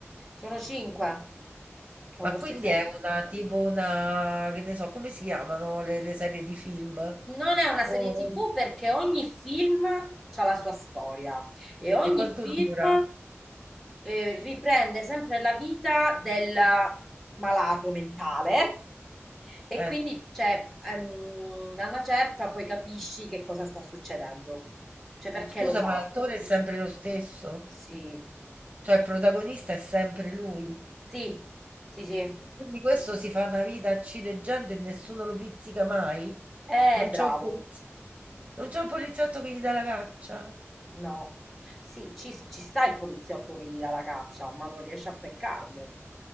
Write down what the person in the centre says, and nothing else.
Sono 5, o
forse
6.
Non è una serie
TV perché ogni film ha la sua storia e ogni
film
eh, riprende sempre la vita del malato mentale e
quindi cioè, ehm, a una certa poi capisci che cosa sta succedendo, cioè perché
lo fa.
Sì,
sì, sì, sì.
Eh,
bravo.
No. Sì, ci, ci sta il poliziotto che gli dà la caccia, ma non riesce a peccarlo.